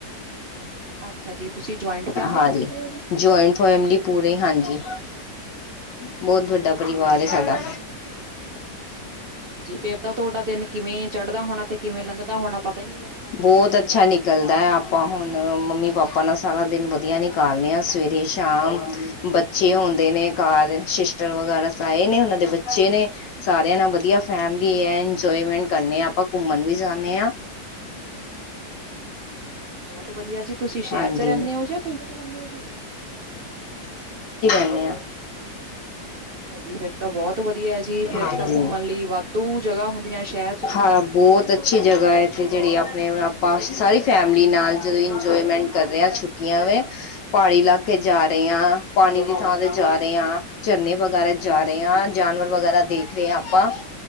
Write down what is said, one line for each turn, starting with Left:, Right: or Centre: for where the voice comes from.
Right: ਅੱਛਾ ਜੀ ਤੁਸੀਂ ਜੁਆਇੰਟ ਫੈਮਿਲੀ
Left: ਹਾਂਜੀ
Right: ਚ ਰਹਿੰਦੇ ਹੋ ਜੀ
Left: ਜੋਇੰਟ ਫੈਮਲੀ ਪੂਰੀ ਹਾਂਜੀ। ਬਹੁਤ ਵੱਡਾ ਪਰਿਵਾਰ ਏ ਸਾਡਾ।
Right: ਹਾਂਜੀ ਫੇਰ ਤਾਂ ਤੁਹਾਡਾ ਦਿਨ ਕਿਵੇਂ ਚੜ੍ਹਦਾ ਹੋਣਾ ਤੇ ਕਿਵੇਂ ਲੰਘਦਾ ਹੋਣਾ ਪਤਾ ਹੀ ਨਹੀਂ ਲੱਗਦਾ। ਹੋਣਾ
Left: ਬਹੁਤ ਅੱਛਾ ਨਿਕਲਦਾ ਹੈ ਆਪ ਹੁਣ ਮੰਮੀ ਪਾਪਾ ਨਾਲ ਸਾਰਾ ਦਿਨ ਵਧੀਆ ਨਿਕਾਲਣੇ ਆ ਸਵੇਰੇ ਸ਼ਾਮ ਬੱਚੇ ਹੁੰਦੇ ਨੇ ਘਰ ਸਿਸਟਰ ਵਗੈਰਾ ਸਏ ਨੇ ਉਹਨਾਂ ਦੇ ਬੱਚੇ ਨੇ ਸਾਰਿਆਂ ਨਾਲ ਵਧੀਆ ਫੈਮਿਲੀ ਏ- ਇੰਜੋਏਮੈਂਟ ਕਰਨੇ ਹਾਂ ਆਪਾਂ ਘੁੰਮਣ ਵੀ ਜਾਣੇ ਆ।
Right: ਅੱਛਾ ਜੀ ਬਹੁਤ ਵਧੀਆ ਜੀ। ਤੁਸੀਂ ਸ਼ਹਿਰ
Left: ਹਾਂਜੀ
Right: 'ਚ ਰਹਿੰਦੇ ਹੋ ਜਾਂ ਪਿੰਡ 'ਚ ਰਹਿੰਦੇ ਹੋ ਜੀ।
Left: ਦੇ ਆਾਂ
Right: ਅੱਛਾ ਜੀ ਫੇਰ ਤਾਂ ਬਹੁਤ ਵਧੀਆ। ਜੀ ਫੇਰ
Left: ਹਾਂਜੀ
Right: ਤਾਂ ਘੁੰਮਣ ਲਈ ਵਾਧੂ ਜਗ੍ਹਾ ਹੁੰਦੀਆਂ ਸ਼ਹਿਰ ਚ ਤਾਂ
Left: ਹਾਂ ਬਹੁਤ ਅੱਛੀ ਜਗ੍ਹਾ ਇਥੇ ਜਿਹੜੀ ਆਪਣੇ ਆਪ ਆਪਾਂ ਸਾਰੀ ਫੈਮਿਲੀ ਨਾਲ ਜਦੋਂ ਇੰਜੋਏਮੈਂਟ ਕਰ ਰਹੇ ਹਾਂ ਛੁੱਟੀਆਂ ਵ ਪਹਾੜੀ ਇਲਾਕੇ ਜਾ ਰਹੇ- ਹਾਂ ਪਾਣੀ ਦੀ ਥਾਂ ਤੇ ਜਾ ਰਹੇ ਹਾਂ ਝਰਨੇ ਵਗੈਰਾ ਜਾ ਰਹੇ ਹਾਂ ਜਾਨਵਰ ਵਗੈਰਾ ਦੇਖ ਰਹੇ ਹ ਆਪਾਂ